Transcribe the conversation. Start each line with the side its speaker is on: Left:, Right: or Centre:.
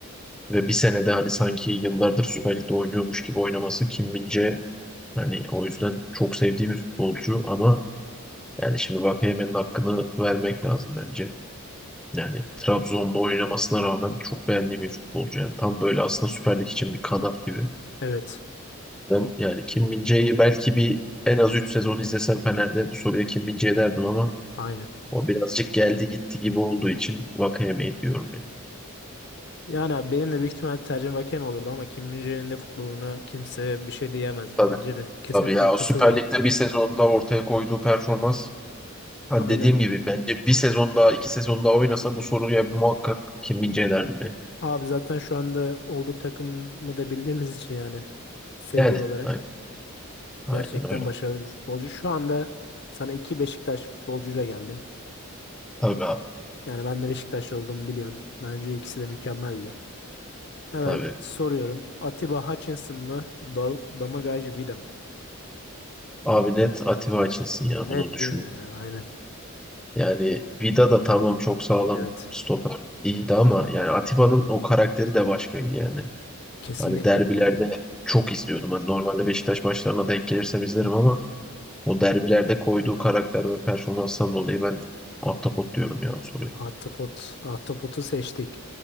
Centre: ve bir senede hani sanki yıllardır Süper Lig'de oynuyormuş gibi oynaması Kim min hani o yüzden çok sevdiğim bir futbolcu ama yani şimdi Vakayeme'nin hakkını vermek lazım bence. Yani Trabzon'da oynamasına rağmen çok beğendiğim bir futbolcu. Yani tam böyle aslında Süper Lig için bir kanat gibi.
Left: Evet.
Centre: Ben yani Kim Min-jae'yi belki bir en az 3 sezon izlesem Fener'de bu soruya Kim Min-jae derdim ama
Left: Aynen.
Centre: o birazcık geldi gitti gibi olduğu için Vakayemeyi diyorum ya.
Left: Yani abi benim de büyük ihtimal tercihim Vakayeme olurdu ama Kim Min-jae'nin de futboluna kimse bir şey diyemez
Centre: Tabii
Left: bence de. Kesinlikle
Centre: tabii ya
Left: katılıyorum.
Centre: o Süper Lig'de bir sezonda ortaya koyduğu performans hani
Left: Aynen.
Centre: dediğim gibi bence bir sezon daha iki sezon daha oynasa bu soruya muhakkak Kim Min-jae derdim ben.
Left: Abi zaten şu anda olduğu takımı da bildiğimiz için yani seviye
Centre: Yani
Left: olarak
Centre: aynen, aynen
Left: gerçekten
Centre: öyle.
Left: başarılı bir futbolcu. Şu anda sana iki Beşiktaş futbolcuyla geldim.
Centre: Tabii abi
Left: Yani ben de Beşiktaş olduğumu biliyorsun. Bence ikisi de mükemmeldi. Hemen
Centre: tabii.
Left: soruyorum. Atiba Hutchinson mı? Do Domagoj Vida mı?
Centre: Abi net Atiba açılsın ya
Left: Net
Centre: bunu düşünmem.
Left: değil mi ya? Aynen.
Centre: Yani Vida da tamam çok sağlam
Left: Evet.
Centre: stoper iyiydi ama yani Atiba'nın o karakteri de başkaydı yani.
Left: Kesinlikle.
Centre: Hani derbilerde çok izliyordum. Hani normalde Beşiktaş maçlarına denk gelirsem izlerim ama o derbilerde koyduğu karakter ve performanstan dolayı ben ahtapot diyorum ya o soruyu.
Left: Ahtapot. Ahtapot'u seçtik.